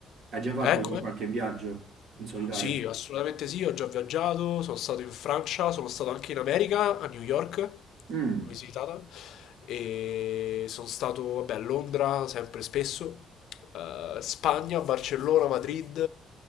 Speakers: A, on the right (about 65°); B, on the left (about 75°).
A: Hai già fatto
B: Ecco,
A: qua qualche viaggio in solitario?
B: Sì, assolutamente sì, ho già viaggiato, sono stato in Francia, sono stato anche in America, a New York,
A: Mm,
B: ho visitata, e sono stato, vabbè, a Londra sempre spesso, eh, Spagna, Barcellona, Madrid,